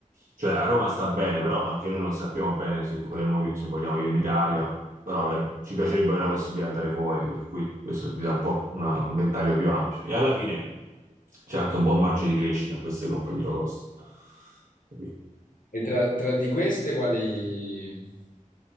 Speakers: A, on the right (about 75°); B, on the left (about 80°).
A: cioè a Roma sta bene, però anche noi non sappiamo bene se vogliamo, se vogliamo vivere in Italia, però eh, ci piacerebbe avere la possibilità di andare fuori, per cui questo ti dà un po' una- un ventaglio più ampio. E alla fine c'è anche un buon margine di crescita in queste compagnie low cost. Capito?
B: E tra, tra di queste quali...